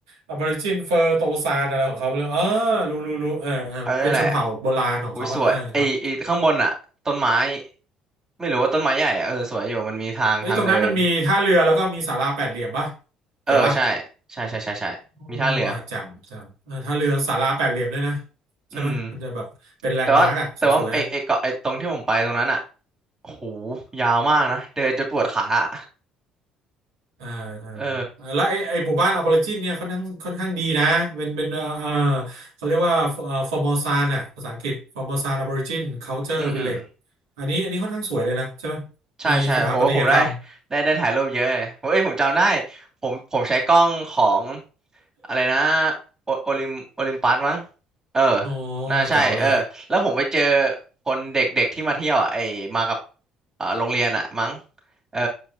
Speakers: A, on the right; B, on the right.
A: อบอริจินเฟอร์โตซานอะไรของเขาไม่รู้เออรู้รู้รู้เออเออมันเป็นชนเผ่าโบราณของเขาอะเออครับ
B: เออนั่นแหละ อุ้ยสวยไอ้ไอข้างบนอ่ะต้นไม้ไม่รู้ว่าต้นไม้ใหญ่อ่ะเออสวยอยู่มันมีทางทางเดิน
A: เอ้ยตรงนั้นมันมีท่าเรือแล้วก็มีศาลาแปดเหลี่ยมปะเกี่ยวปะ
B: เออใช่ใช่ใช่ใช่ใช่มีท่าเรือ
A: โอ้จำจำเออท่าเรือศาลาแปดเหลี่ยมด้วยนะใช่ไหมมันจะแบบเป็นแลนด์มาร์กอะสวยๆอะ
B: อืมแต่ว่าแต่ว่าไอไอเกาะไอตรงที่ผมไปตรงนั้นอ่ะโอ้โหยาวมากนะเดินจนปวดขาอะ
A: อ่า
B: เออ
A: อ่าแล้วไอไอหมู่บ้านอาบอริจินเนี่ยค่อนข้างค่อนข้างดีนะเป็นเป็นเอ่อเอ่อเขาเรียกว่าเอ่อฟอร์มอซานอ่ะภาษาอังกฤษฟอร์มอซานอาบอริจินคัลเจอร์วิลเลจ
B: อืมอืม
A: อันนี้อันนี้ค่อนข้างสวยเลยนะใช่ไหม
B: ใช่ใช่โหผมได้
A: มีสถาปัตยกรรม <laughs>
B: ได้ได้ถ่ายรูปเยอะเลยเ้ยผมจำได้ผมผมใช้กล้องของอะไรนะโอโอลิมโอลิมปัสมั้งเออ
A: โอ้
B: น่าใช่เออแล้วผมไปเจอ
A: แจ๋วเลย
B: คนเด็กๆที่มาเที่ยวอ่ะไอมากับเอ่อโรงเรียนอ่ะมั้งเออ